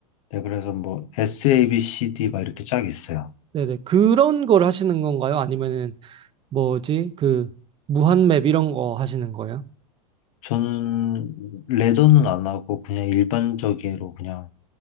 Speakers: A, on the left; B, on the right.
A: 네, 그래서 뭐, S, A, B, C, D 막 이렇게 쫙 있어요.
B: 네네. 그런 걸 하시는 건가요? 아니면은 뭐지? 그 무한맵 이런 거 하시는 거예요?
A: 저는 레더는 안 하고 그냥 일반적으로 그냥